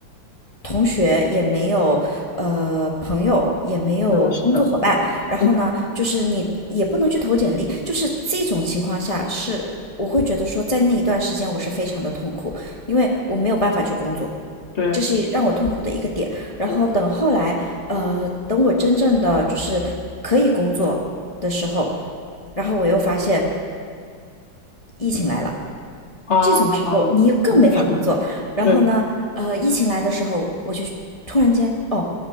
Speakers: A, on the left; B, on the left.
A: 同学，也没有呃朋友，也没有工作伙伴，
B: 是的，
A: 然后呢就是你也不能去投简历，
B: 是的，
A: 就是这种情况下是我会觉得说，在那一段时间我是非常的痛苦，因为我没有办法去工作。
B: 对，
A: 这是让我痛苦的一个点。然后等后来，
B: 我
A: 呃，等我真正的就是可以工作的时候，然后我又发现疫情来了，
B: 啊，
A: 这种时候你更没法工作。
B: 哦，是的，
A: 然后呢，
B: 对，
A: 呃，疫情来的时候，我就突然间，哦，